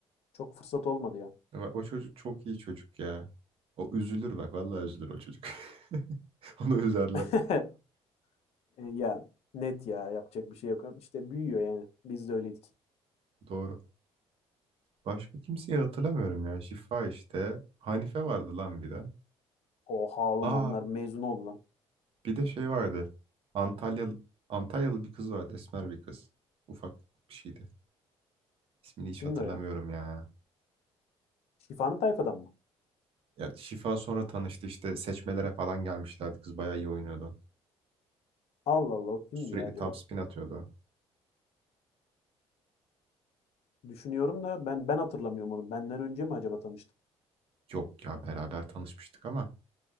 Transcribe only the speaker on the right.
Ya bak, O çocuk çok iyi çocuk ya. O üzülür bak vallahi üzülür o çocuk. <laughs> Onu üzerler.
Doğru. Başka kimseyi hatırlamıyorum ya. Şifa işte. Hanife vardı lan bir de.
Aa
bir de şey vardı. Antalyalı, Antalyalı bir kız vardı. Esmer bir kız. Ufak bir şeydi. İsmini hiç
hatırlamıyorum
ya.
Ya Şifa sonra tanıştı işte seçmelere falan gelmişlerdi. Kız bayağı iyi oynuyordu.
Sürekli
top spin atıyordu.
Yok ya beraber tanışmıştık ama